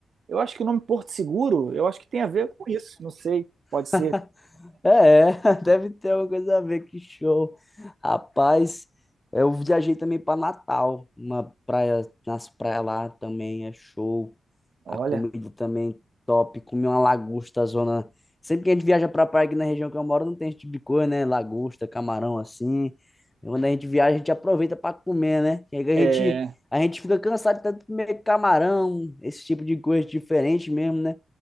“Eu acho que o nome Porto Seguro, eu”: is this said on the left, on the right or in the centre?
Right